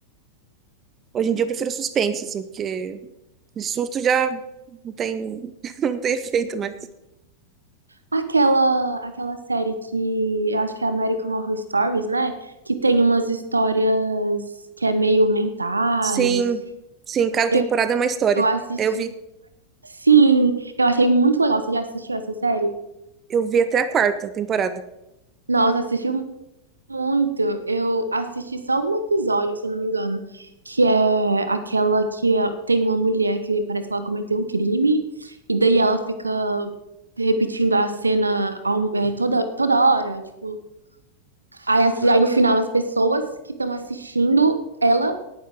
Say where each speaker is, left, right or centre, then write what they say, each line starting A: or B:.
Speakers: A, on the right; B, on the right.
A: Hoje em dia eu prefiro suspense, assim, porque de susto já não tem, <laughs> não tem efeito mais.
B: Aquela, aquela série que eu acho que é American Horror Stories, né? Que tem umas histórias que é meio mentais.
A: Sim, sim, cada
B: Eu,
A: temporada é uma história.
B: eu assisti.
A: Eu vi,
B: Sim, eu achei muito legal. Você já assistiu essa série?
A: eu vi até a quarta temporada.
B: Nossa, assistiu Muito. Eu assisti só um episódio, se eu não me engano, que é aquela que é- tem uma mulher que parece que ela cometeu um crime, e daí ela fica repetindo a cena ao- é, toda, toda hora. Tipo, aí, as-
A: Não,
B: aí no final as pessoas que estão assistindo ela